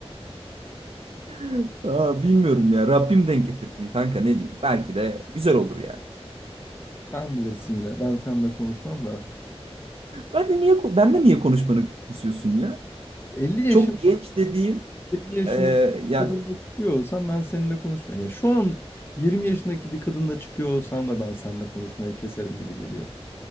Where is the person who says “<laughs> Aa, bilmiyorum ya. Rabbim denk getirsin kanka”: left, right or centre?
Right